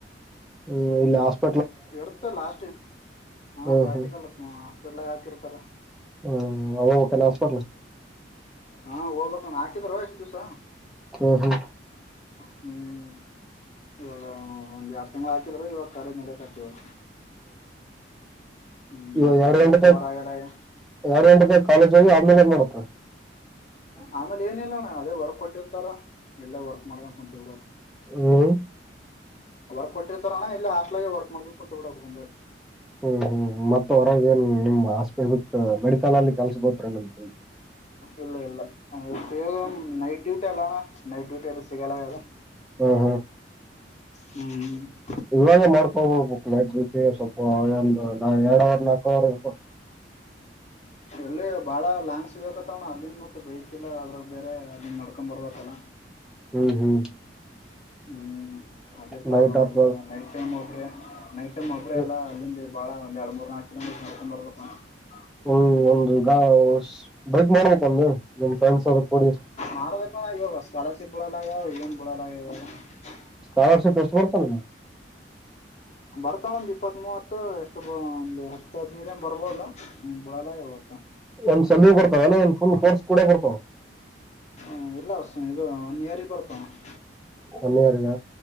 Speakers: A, in the centre; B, on the left (about 40°).
A: ಹ್ಮ್ ಇಲ್ಲ <unintelligible>
B: ಇರುತ್ತ ಲಾಸ್ಟ್
A: ಹ್ಮ್
B: ಹಾ ಪ್ರಾಕ್ಟಿಕಲ್
A: ಹ್ಮ್
B: ಹಾ. ಗುಡ್ಲಾಗ್ ಹಾಕಿರ್ತಾರ.
A: ಹ್ಮ್ ಹೋಗಬೇಕನ್ ಹಾಸ್ಪೆಟ್ಲ.
B: ಹಾ ಹೋಗ್ಬೇಕ ಅಣ್ಣಾ ಹಾಕಿದ್ರ ಇಷ್ಟ್ ದಿವ್ಸ
A: ಹ್ಮ ಹಾ.
B: ಹ್ಮ್ ಇವಾಗ ಒಂದ್ ಯಾಡ್ ತಿಂಗ್ಳ್ ಹಾಕಿದ್ರ ಇವಾಗ ಕಾಲೇಜ್ ನಡ್ಯಾಕತ್ತೀವಿ. ಹ್ಮ್
A: ಇ
B: ಸಿಲೆಬಸ್
A: ಎರಡ ಗಂಟೆಕೆ
B: ಕವರ್ ಆಗಲ್ಲ
A: ಎರಡು ಗಂಟೆಕೆ ಕಾಲೇಜ್ ಹೋಗಿ ಆಮೇಲೆ <unintelligible> ಹ
B: ಆಮೇಲೆ ಏನಿಲ್ಲೋ ಅಣ್ಣಾ. ಹ ಅದೇ ವರ್ಕೌ <unintelligible> ಎಲ್ಲ ವರ್ಕ್ ಮಾಡಕ ಕುಂತಡವೇಕ್
A: ಹ್ಮ್
B: ವರ್ಕ್ ಕೊಟ್ಟಿರ್ತಾರ ಅಣ್ಣಾ ಇಲ್ಲ. <unintelligible> ವರ್ಕ್ ಮಾಡ್ಕೋತ ಕುಂತ್ <unintelligible>
A: ಹ್ಮ್ ಹ್ಮ್ ಮತ್ತ ಹೊರಗೇನ್ ನಿಮ್ <unintelligible> ನಿಮ್ದ
B: ಇಲ್ಲ ಇಲ್ಲ ಅಗ ನೈಟ್ ಡ್ಯೂಟಿ ಅದ ಅಣ್ಣಾ ನೈಟ್ ಡ್ಯೂಟಿ ಎಲ್ಲಿ ಸಿಗಲ್ಯಾಗ್ಯವ್ರಿ.
A: ಹ್ಮ್
B: ಹ್ಮು
A: ಇವಾಗ ಮಾಡ್ಕೋಬೇಕು <unintelligible> ಸ್ವಲ್ಪ ಒಂದು, ಎರಡ್ ಅವರ್, ನಾಕು ಅವರ್ ಇರ್
B: ಎಲ್ಲಿ ಬಾಳ ಲಾಂಗ್ ಸಿಗಕತ್ತವ ಅಣ್ಣಾ ಅಲ್ಲಿಂದ ಮತ್ತೆ ಬೈಕಿಲ್ಲ ಆದ್ರ ಬೇರೆ ನಿಮ್ ನಡ್ಕೊ ಬರ್ಬೇಕಲ್ಲ.
A: ಹ್ಮ್ ಹ್ಮ್.
B: ಹ್ಮ್ ಅದೇ ಪ್ರಾಬ್ಲಮ್
A: ನೈಟ್
B: ಆಗಿ
A: ಆತ್
B: ಬಿಟ್ಟದ ನೈಟ್ ಟೈಮ್ <unintelligible> ನೈಟ್ ಐಟಮ್ ಒಬ್ರೇ
A: ಹ್ಮ್
B: ಅಲ್ಲ ಬಾಳ ಒಂದ, ಎರಡು, ಮೂರ್, ನಾಕ <unintelligible>
A: ಹ್ಮ್ ಒಂದ್ ಒಂದು ಗಾಸ್ ಬೈಕ್ ಮ್ಯಾಲೆ <unintelligible> ನಿಮ್ <unintelligible>
B: ಮಾಡ್ಬೇಕಣ್ಣ <unintelligible>
A: ಹೋದ ವರ್ಷಕ್ ಎಸ್ಟ್ ಬರುತ್ತ ನಿಂಗ್.
B: ಬರ್ತಾಳಂದ ಇಪ್ಪತ್ತ್, ಮೂವತ್ತು ಎಷ್ಟು ಒಂದು, ಹತ್ತು, ಹದ್ನದನ್ ಬರ್ಬೋದು ನೀ ಬಳಲ್ಲ <unintelligible>
A: ಒಂದ್ ಸಲ ಬರ್ತಾವ ಅಲ್ಲ ಒಂದ್ ಫುಲ್ ಕೋರ್ಸ್ ಕೂಡ ಬರ್ತಾವ.
B: ಹ್ಮ್ ಇಲ್ಲ ಸ- ಇದು ಒನ್ ಇಯರಗೆ ಬರ್ತಾವ ಅಣ್ಣಾ.
A: ಒನ್ ಇಯರ್ಗ